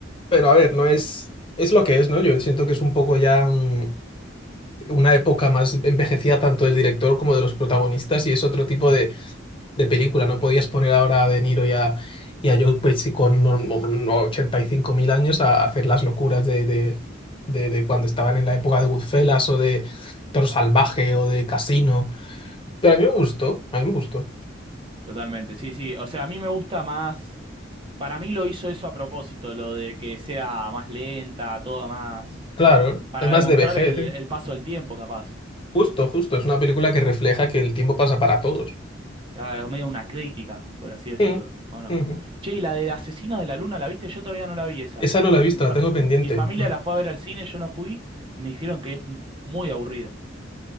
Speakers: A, on the left; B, on the right.
A: pero a ver, no es, es lo que es, ¿no? Yo siento que es un poco ya mm, una época más envejecida tanto del director como de los protagonistas y es otro tipo de, de película. No podías poner ahora a De Niro y a, y a Joe Pesci con no- no- no, ochenta y cinco mil años a, a hacer las locuras de, de, de, de cuando estaban en la época de Goodfellas o de Toro Salvaje o de Casino. Pero a mí me gustó, a mí me gustó.
B: totalmente, sí, sí. O sea, a mí me gusta más. Para mí lo hizo eso a propósito, lo de que sea más lenta, todo más.
A: Claro,
B: Para
A: es más
B: demostrar
A: de vejez,
B: el,
A: ¿eh?
B: el paso del tiempo, capaz.
A: Justo, justo, es una película que refleja que el tiempo pasa para todos.
B: Claro, es medio una crítica, por así decirlo,
A: Mm,
B: ¿o no?
A: ujú.
B: Che, ¿y la de Asesinos de la Luna la viste? Yo todavía no la vi esa.
A: Esa no la he visto,
B: Mi fa-
A: la tengo pendiente.
B: mi familia
A: Mm.
B: la fue a ver al cine, yo no fui. Me dijeron que es m- muy aburrida.